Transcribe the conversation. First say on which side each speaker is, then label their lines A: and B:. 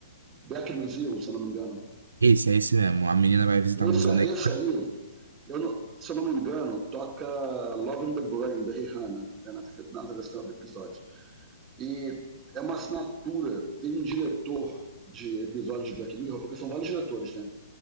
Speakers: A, on the right; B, on the right.
A: Black Museum, se eu não me engano.
B: Esse, é esse mesmo. A menina vai visitar
A: Esse,
B: o Museu Negro.
A: esse aí, Eu não- se eu não me engano, toca Love in the Brain, da Rihanna, né, na, trilha- na trilha do episódio. E é uma assinatura, tem um diretor de episódios de Black Mirror, porque são vários diretores, né?